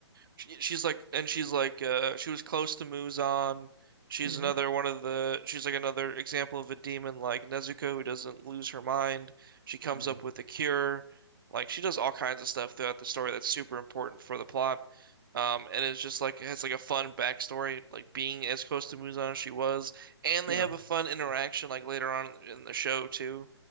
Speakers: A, on the right; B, on the right.
A: She, she's like, and she's like, uh, she was close to Muzan. She's
B: hmm
A: another one of the. She's like another example of a demon like Nezuko who doesn't lose her mind. She comes
B: hmm
A: up with a cure. Like she does all kinds of stuff throughout the story that's super important for the plot. Um, and it's just like it has like a fun backstory, like being as close to Muzan as she was, and
B: Yeah.
A: they have a fun interaction like later on in the show too